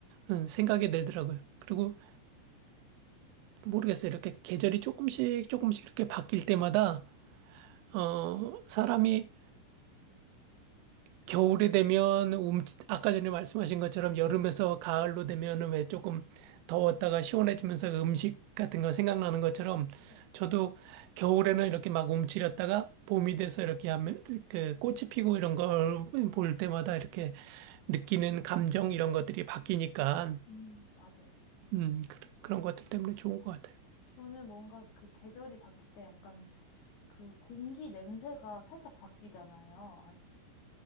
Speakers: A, on the right (about 85°); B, on the left (about 60°).
A: 음, 생각이 들더라고요. 그리고 모르겠어요. 이렇게 계절이 조금씩 조금씩 이렇게 바뀔 때마다, 어, 사람이 겨울이 되면 움, 아까 전에 말씀하신 것처럼 여름에서 가을로 되면은 왜 조금 더웠다가 시원해지면서 음식 같은 거 생각나는 것처럼
B: 네.
A: 저도 겨울에는 이렇게 막 움츠렸다가 봄이 돼서 이렇게 하면 그 꽃이 피고 이런 걸 볼 때마다 이렇게 느끼는 감정 이런 것들이 바뀌니까,
B: 음, 맞아요.
A: 음, 그- 그런 것들 때문에 좋은 것 같아요.
B: 저는 뭔가 그 계절이 바뀔 때 약간 그 공기 냄새가 살짝 바뀌잖아요. 아시죠?